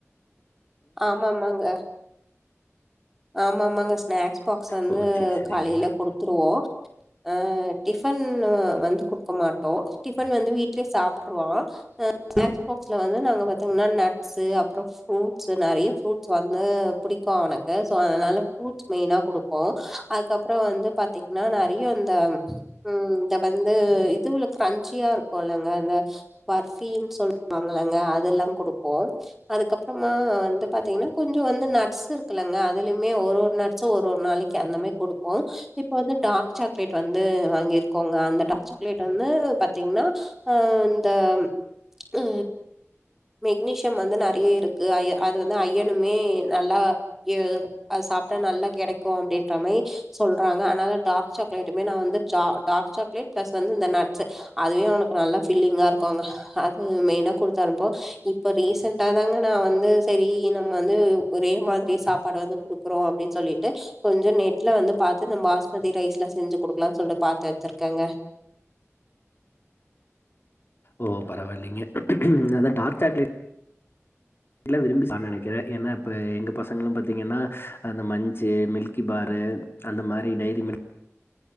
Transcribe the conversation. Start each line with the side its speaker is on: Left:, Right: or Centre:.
Centre: ஆமாமாங்க ஆமா ஆமாங்க ஸ்நாக்ஸ் பாக்ஸ் வந்து
Left: ஓ சேரி சேரிங்க.
Centre: காலேல குடுத்துருவோ ஆ டிஃபன் வந்து குடுக்க மாட்டோ டிஃபன் வந்து வீட்லே சாப்ட்ருவான் ஆ ஸ்நாக்ஸ் பாக்ஸ்ல வந்து நாங்க பாத்தீங்கன்னா நட்ஸு அப்றோ ஃப்ரூட்ஸு நெறய ஃப்ரூட்ஸ் வந்து புடிக்கு அவனுக் சோ அதனால ஃப்ரூட்ஸ் மெயினா குடுப்போ அதுக்கப்றோ வந்து பாத்தீங்கன்னா நெறய இந்த ம் இத வந்து இது இவ்ளோ கிரஞ்சியா இரு போலங்க அந்த பர்பின்னு சொல்வாங்களங்க அதெல்லா குடுப்போ அதுக்கப்பறமா வந்து பாத்தீங்கன்னா கொஞ்சோ வந்து நட்ஸு இரு இருக்குல்லங்க அதுலியுமே ஒரு ஒரு நட்ஸும் ஒரு ஒரு நாளைக்கி அந்த மாரி கொடுப்போ இப்ப வந்து டார்க் சாக்லேட் வந்து வாங்கிருக்கோங்க அந்த டார்க் சாக்லேட் வந்து பாத்தீங்கன்னா ஆ இந்த ஆ மெக்னீசியம் வந்து நெறய இருக்கு அய அது வந்து அயனுமே நல்லா எ அது சாப்ட்டா நல்லா கெடைக்கு அப்டின்ற மாரி சொல்றாங்க அதனால டார்க் சாக்லேட்டுமே நா வந்து சா டார்க் சாக்லேட் பிளஸ் வந்து இந்த நட்ஸு அதுவே அவனுக்கு நல்லா ஃபில்லிங்கா இருக்குங்க அது மெயினா குடுத்தனுப்புவோ இப்ப ரீசண்டா தாங்க நா வந்து சேரி நம்ம வந்து ஒரே மாதி இதே சாப்பாடு வந்து குடுக்குறோ அப்டின்னு சொல்லிட்டு கொஞ்சோ நெட்ல வந்து பாத்து இந்த பாஸ்மதி ரைஸ்லா செஞ்சி குடுக்கலாம்னு சொல்ட்டு பாத்து வச்சிருக்கேங்க
Left: ஓ பரவால்லைங்க அதா டார்க் சாக்லேட் ல்லா விரும்பி சாப்டுவான் நெனைக்கிறே ஏன்னா இப்ப எங்க பசங்களும் பாத்தீங்கன்னா அந்த மன்ச்சு மில்கி பாரு அந்த மாரி டைரி மில்க்